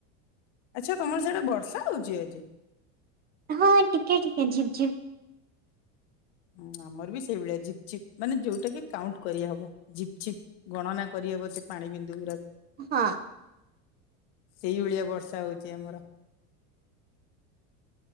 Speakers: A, on the left; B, on the right.
A: ଆଛା ତମର ସାଡେ ବର୍ଷା ହଉଛି ଆଜି।
B: ହଁ ଟିକେ ଟିକେ ଝିପ୍ ଝିପ୍।
A: ହୁଁ ଆମର ବି ସେଇଭଳିଆ ଝିପ୍ ଝିପ୍ ମାନେ ଯୋଉଟା କି କାଉଣ୍ଟ କରିହବ ଝିପ୍ ଝିପ୍। ଗଣନା କରିହବ ସେ ପାଣି ବିନ୍ଦୁ ଗୁଡାକୁ।
B: ହଁ।
A: ସେଇଭଳିଆ ବର୍ଷା ହଉଛି ଆମର।